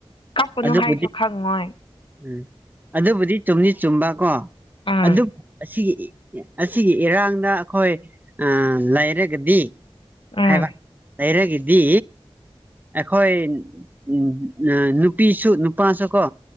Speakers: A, on the left; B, on the right.
A: ꯀꯩꯅꯣ
B: ꯑꯗꯨꯕꯨꯗꯤ
A: ꯍꯥꯏꯖꯈꯥ ꯅꯣꯏ
B: ꯎꯝ ꯑꯗꯨꯕꯨꯗꯤ ꯆꯨꯝꯅꯤ ꯆꯨꯝꯕ ꯀꯣ
A: ꯎꯝ
B: ꯑꯗꯨꯕꯨ ꯑꯁꯤꯒꯤ ꯑꯁꯤꯒꯤ ꯏꯔꯥꯡꯗ ꯑꯩꯈꯣꯏ ꯂꯩꯔꯒꯗꯤ
A: ꯎꯝ
B: ꯍꯥꯏꯕ ꯩꯔꯒꯗꯗꯤ ꯑꯩꯈꯣꯏ ꯎ ꯅꯨꯄꯤꯁꯨ ꯅꯨꯄꯥꯁꯨ ꯀꯣ